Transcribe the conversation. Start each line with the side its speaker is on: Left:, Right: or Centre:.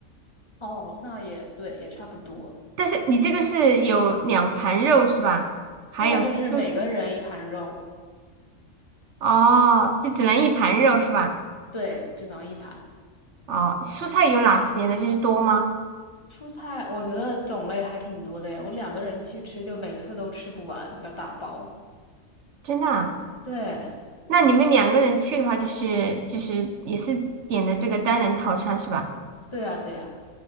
Left: 哦，那也对，也差不多。
Right: 但是你这个是有两盘肉是吧？还有素菜
Left: 对啊，就是每个人一盘肉，
Right: 哦，就只能一盘肉是吧？
Left: 对，只能一盘。
Right: 哦，蔬菜有哪些呢？就是多吗？
Left: 蔬菜我觉得种类还挺多的诶，我两个人去吃，就每次都吃不完，要打包。
Right: 真的啊？
Left: 对，
Right: 那你们两个人去的话，就是就是也是点的这个单人套餐是吧？
Left: 对呀，对呀，